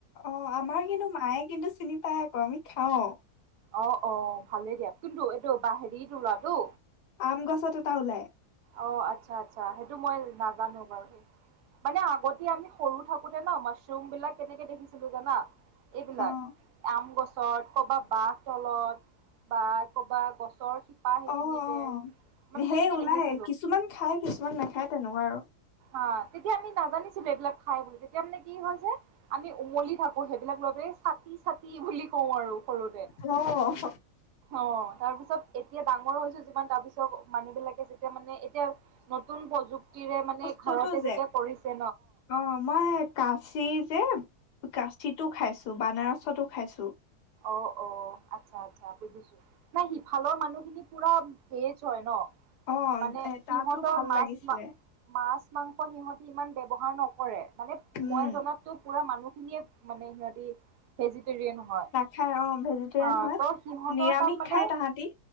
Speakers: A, on the left; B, on the right.
A: অ আমাৰ কিন্তু মায়ে কিন্তু চিনি পায় আকৌ আমি। খাওঁ।
B: অ অ ভালেই দিয়া কিন্তু এইটো ব হেৰি তৰাটো?
A: আম গছত এটা ওলাই।
B: অঁ আচ্ছা আচছা সেইটো মই নাজানো বাৰু সেই মানে আগতে আমি সৰু থাকোতে ন মাছৰুম বিলাক কেনেকে দেখিছিলো জানা এইবিলাক
A: অ
B: আম গছ পছত ক'বা বাঁহ তলত বা ক'বা গছ ৰ শিপা সেইখিনিতে
A: অ অ
B: মানে
A: সেই
B: তেনেকে
A: ওলাই
B: দেখিছ
A: কিছুমান খাই কিছুমান নাখায় তেনেকুৱা আৰু।
B: অ তেতিয়া আমি নাজানিছিলো এইবিলাক খাই বুলি তেতিয়া মানে কি হয় যে আমি উমলি থাকো সেইবিলাক লৈ পেলাই চতি চতি বুলি কওঁ আৰু সৰুতে
A: হাল অহ
B: অ তাৰ পিছত এতিয়া ডাঙৰ হৈছো যিমান তাৰপিছত মানুহ বিলাকে যেতিয়া মানে এতিয়া। নতুন প্ৰযুক্তিৰে মানে ন
A: টো
B: ঘৰতে
A: টো যে
B: যেতিয়া কৰিছে
A: অ মই কাচি যে কাচিতো খাইছো বানাৰসতো খাইছোঁ
B: অ অ আচ্ছা আচ্ছা বুজিছো নাই সিফালৰ মানুহখিনি পুৰা ভেজ হয় ন
A: অ
B: মানে
A: এ
B: সিহঁতৰ
A: তাতো ভাল
B: মাছ
A: লাগিছিলে
B: মা মাছ মাংস সিহঁতি ইমান ব্যৱহাৰ নকৰে। মানে
A: উম
B: মই জনাতো পুৰা মানুহ খিনিয়ে মানে সিহঁতি ভেজিটেৰিয়ান হয়
A: খাই অ ভেজিটেৰিয়ান
B: অ',
A: হয়
B: ত' সিহঁতৰ
A: নিৰামিষ
B: তাত মানে
A: খাই তাহাঁতি